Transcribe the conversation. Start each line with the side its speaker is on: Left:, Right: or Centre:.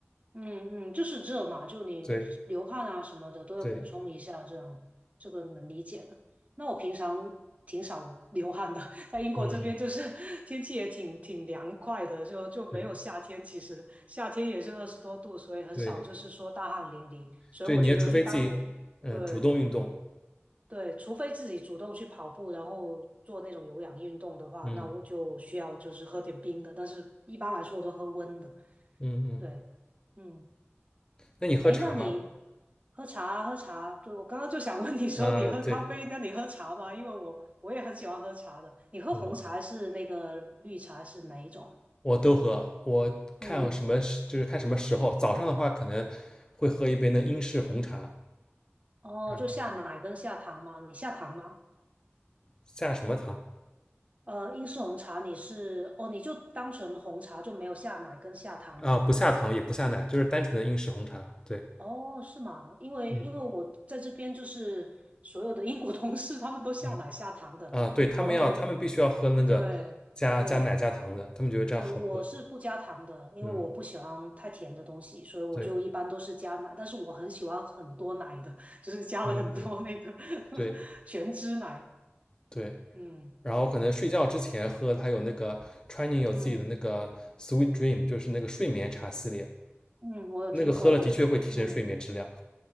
Right: 嗯嗯，就是热嘛，就你流汗啊什么的都要补充一下，
Left: 对对，
Right: 这样这个能理解的。那我平常挺少流汗的，<laughs> 在英国这边就是
Left: 嗯，
Right: <laughs> 天气也挺挺凉快的，就就没有夏天。
Left: 对
Right: 其实夏天也是二十多度，所以很少就是说大汗淋漓。
Left: 对
Right: 所以我觉得一般我对
Left: 对，你也除非自己嗯主动运动，
Right: 对，除非自己主动去跑步，然后做那种有氧运动的话，
Left: 嗯
Right: 那我就需要就是喝点冰的，但是一般来说我都喝温的。
Left: 嗯嗯。
Right: 对，嗯。
Left: 那你喝茶吗？
Right: 哎，那你喝茶啊喝茶啊，对，我刚刚就想问你说你喝咖啡，
Left: 啊，呃对，
Right: 那你喝茶吗？因为我我也很喜欢喝茶的。你喝红茶还是那个绿茶还是哪一种啊
Left: 嗯我都喝。我看什么时就是看什么时候，
Right: 嗯，
Left: 早上的话可能会喝一杯那个英式红茶，
Right: 哦，
Left: 然后
Right: 就下奶跟下糖吗？你下糖吗？
Left: 下什么糖
Right: 呃，英式红茶你是哦，你就单纯红茶就没有下奶跟下糖吗？
Left: 啊？不下糖也不下奶，就是单纯的英式红茶。对，
Right: 哦，是吗？因为因为我在这边就是所有的英国同事他们都下奶下糖的，
Left: 嗯嗯。啊，对，他们要，
Right: 然后
Left: 他们必须要喝那个加加奶加糖的，
Right: 对对。
Left: 他们觉得这样好喝。
Right: 对，我是不加糖的，因为我不喜欢太甜的东西，
Left: 嗯，
Right: 所以我就一般都是加奶。
Left: 对，
Right: 但是我很喜欢很多奶的，<laughs> 就是加了很多那个
Left: 嗯嗯，对
Right: <laughs> 全脂奶。
Left: 对。
Right: 嗯
Left: 然后可能睡觉之前喝，它有那个川宁有自己的那个
Right: 嗯
Left: Sweet Dream，就是那个睡眠茶系列，
Right: 嗯，我有听过，
Left: 那个喝了的确会提升睡眠质量。
Right: 对，嗯，